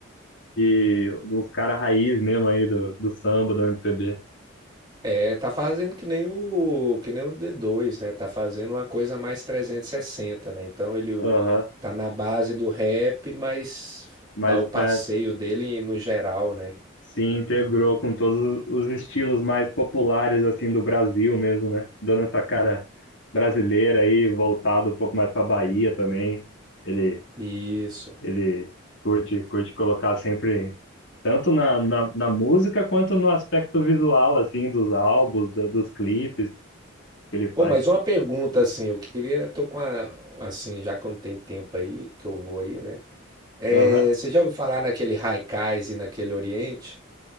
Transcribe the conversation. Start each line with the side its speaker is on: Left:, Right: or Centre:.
Left: de dos caras raiz mesmo aí do, do samba, do MPB.
Right: É, tá fazendo que nem o que nem o d dois né? Tá fazendo uma coisa mais trezentos e sessenta né? Então ele o-
Left: Aham.
Right: tá na base do rap, mas
Left: Mas
Right: dá o passeio
Left: é,
Right: dele no geral, né?
Left: se integrou com todos os estilos mais populares assim do Brasil mesmo, né? Dando essa cara brasileira aí, voltado um pouco mais para Bahia também. Ele
Right: Isso.
Left: ele curte curte colocar sempre tanto na, na, na música quanto no aspecto visual assim dos álbuns, do- dos clipes que ele
Right: Bom,
Left: faz.
Right: mas uma pergunta assim, eu queria, tô com a, assim, já que eu não tenho tempo aí, que eu vou aí, né? É,
Left: Aham.
Right: você já ouviu falar naquele Haikais e naquele Oriente?